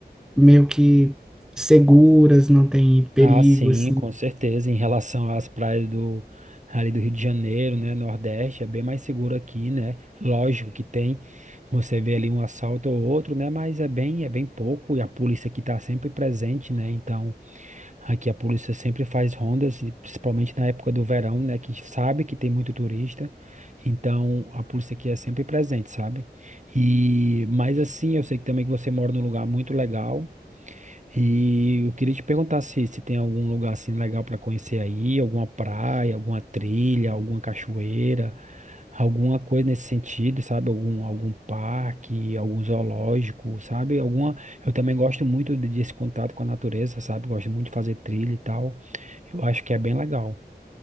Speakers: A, in the centre; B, on the right.
A: meio que seguras, não tem perigos
B: Ah, sim, com certeza. Em relação às praias do ali do Rio de Janeiro, né, Nordeste, é bem mais seguro aqui, né? Lógico que tem. Você vê ali um assalto ou outro, né? Mas é bem, é bem pouco e a polícia aqui está sempre presente, né? Então Aqui a polícia sempre faz rondas, e principalmente na época do verão, né? Que sabe que tem muito turista. Então a polícia aqui é sempre presente, sabe? E mas assim, eu sei que também que você mora num lugar muito legal. E eu queria te perguntar se, se tem algum lugar assim legal para conhecer aí, alguma praia, alguma trilha, alguma cachoeira, alguma coisa nesse sentido, sabe? Algum, algum parque, algum zoológico, sabe? Alguma. Eu também gosto muito de- desse contato com a natureza, sabe? Gosto muito de fazer trilha e tal. Eu acho que é bem legal.